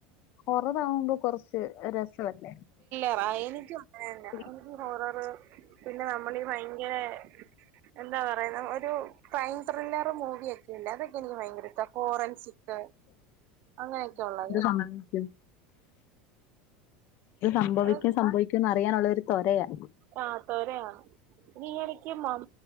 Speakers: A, on the left; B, on the right.
A: ഹൊററാവുമ്പൊ കൊറച്ച് രസവല്ലേ
B: പ്രായെനിക്കും ഏ
A: ഒരു
B: അത് ഹൊററ് പിന്നെ നമ്മളീ ഭയങ്കരെ എന്താ പറയുന്നെ ഒരു ക്രൈം ത്രില്ലർ മൂവിയെ ത്രില്ലറൊക്കെനിക്ക് ഭയങ്കരിഷ്ടാ ഫോറൻസിക് അങ്ങനെയൊക്കുള്ളത്
A: ആയിരിക്കും ഇത് സംഭവിക്കും
B: അത്
A: സംഭവിക്കുംന്നറിയാനുള്ളൊരു തൊരയാ
B: ആഹ് തൊരയാ ഈയെടക്ക് മം